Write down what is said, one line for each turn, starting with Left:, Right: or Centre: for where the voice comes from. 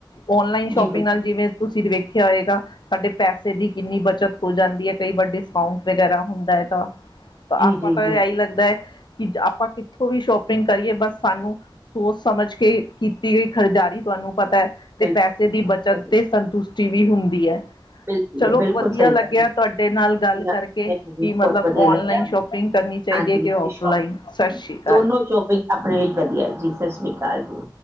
Left: ਔਨਲਾਈਨ ਸ਼ੋਪਿੰਗ
Right: ਜੀ ਬਿਲਕੁਲ
Left: ਨਾਲ ਜਿਵੇਂ ਤੁਸੀਂ ਵੇਖਿਆ ਹੋਏਗਾ ਸਾਡੇ ਪੈਸੇ ਦੀ ਕਿੰਨੀ ਬੱਚਤ ਹੋ ਜਾਂਦੀ ਹੈ। ਕਈ ਵਾਰ ਡਿਸਕਾਊਂਟ ਵਗੈਰਾ ਹੁੰਦਾ ਹੈ ਤਾਂ
Right: ਜੀ
Left: ਆਪਾਂ
Right: ਜੀ
Left: ਤਾਂ
Right: ਜੀ
Left: ਇਹੀ ਲੱਗਦਾ ਕਿ ਆਪਾਂ ਕਿੱਥੋਂ ਵੀ ਸ਼ੋਪਿੰਗ ਕਰੀਏ ਬਸ ਸਾਨੂੰ ਸੋਚ - ਸਮਝ ਕੇ ਕੀਤੀ ਗਈ ਖਰਦਾਰੀ ਤੁਹਾਨੂੰ ਪਤਾ ਤੇ
Right: ਬਿਲਕੁਲ
Left: ਪੈਸੇ ਦੀ ਬੱਚਤ
Right: ਵਧੀਆ
Left: ਤੇ ਸੰਤੁਸ਼ਟੀ ਵੀ ਹੁੰਦੀ ਆ।
Right: ਮਿਲਦੀ
Left: ਚਲੋ
Right: ਹੈ ਬਿਲਕੁਲ
Left: ਵਧੀਆ
Right: ਸਹੀ
Left: ਲੱਗਿਆ,
Right: ਗੱਲ
Left: ਤੁਹਾਡੇ ਨਾਲ ਗੱਲ
Right: ਜੀ ਹਾਂ,
Left: ਕਰਕੇ
Right: ਮੈਨੂੰ ਵੀ
Left: ਕਿ ਮਤਲਬ
Right: ਬਹੁਤ ਵਧੀਆ ਲੱਗਿਆ
Left: ਔਨਲਾਈਨ ਸ਼ੋਪਿੰਗ ਕਰਨੀ ਚਾਹੀਦੇ
Right: ਹਾਂਜੀ
Left: ਕਿ
Right: ਤੇ
Left: ਔਫਲਾਈਨ
Right: ਸ਼ੋਪ
Left: ਸਤਿ ਸ੍ਰੀ ਅਕਾਲ
Right: ਦੋਨੋ
Left: ਜੀ।
Right: ਸ਼ੋਪਿੰਗ ਆਪਣੇ ਲਈ ਵਧੀਆ ਜੀ ਸਸਰੀ ਅਕਾਲ ਜੀ।